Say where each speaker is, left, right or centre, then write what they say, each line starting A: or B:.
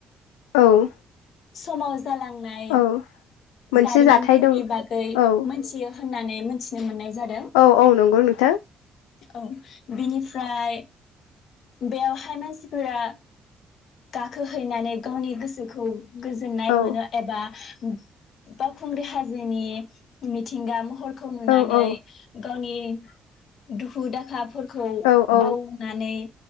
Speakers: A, on the left; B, on the left.
A: औ।
B: समाज हालांनाय
A: औ मोनसे
B: जारिमिनफोरनि
A: जाथाय दं
B: बागै
A: औ
B: मोनथियो होननानै मोनथिनो मोननाय जादों
A: औ औ नंगौ नोंथां
B: औ बिनिफ्राय बेयावहाय मानसिफोरा गाखोहैनानै गावनि गोसोखौ गोजोननाय
A: औ
B: मोनो एबा हुम बावखुंग्रि हाजोनि मिथिंगा महर खौ नुनानै
A: औ औ
B: गावनि ए दुखु दाखा फोर खौ
A: औ औ
B: बावनानै